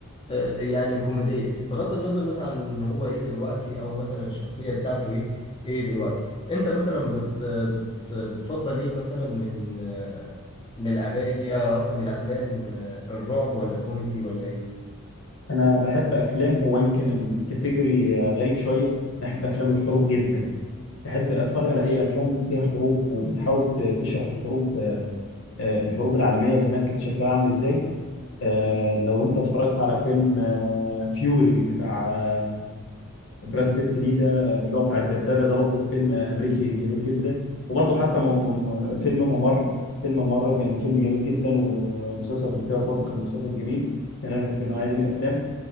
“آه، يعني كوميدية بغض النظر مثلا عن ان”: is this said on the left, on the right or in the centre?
Left